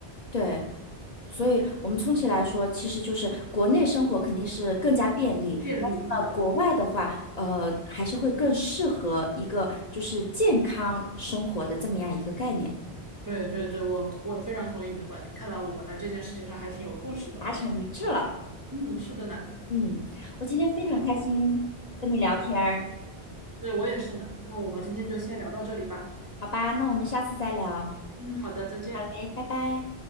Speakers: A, on the left; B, on the right.
A: 对，所以，我们充其来说，其实就是国内生活肯定是更加便利，
B: 建立对。
A: 但是呢，国外的话，呃，还是会更适合一个就是健康生活的这么样一个概念，
B: 对对对，我我非常同意你的观点。看来我们在这件事情上还挺有共识的。
A: 达成一致了。
B: 嗯，是的呢，
A: 嗯，我今天非常开心跟你聊天儿，
B: 对我也是呢。那我们今天就先聊到这里吧。
A: 好吧，那我们下次再聊。
B: 嗯，好的，再见。
A: 好嘞，拜拜。